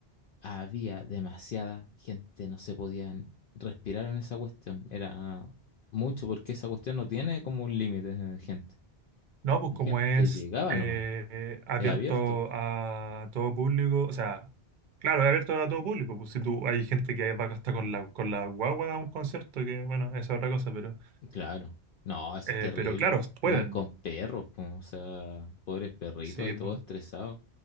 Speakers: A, on the left; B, on the right.
A: había demasiada gente, no se podían respirar en esa cuestión. Era mucho porque esa cuestión no tiene como un límite de gente.
B: No, pues
A: La
B: como
A: gente
B: es
A: llegaba
B: eh,
A: nomás,
B: eh, abierto
A: es abierto.
B: a todo público, o sea, claro, es abierto a todo público. Pues si tú hay gente que va hasta con la, con la guagua a un concierto, que bueno, esa es otra cosa, pero,
A: Claro, no, es
B: eh,
A: terrible.
B: pero claro, pueden.
A: Iban con perros, po, o sea, pobres perritos
B: Sí,
A: ahí todos
B: pu-
A: estresados.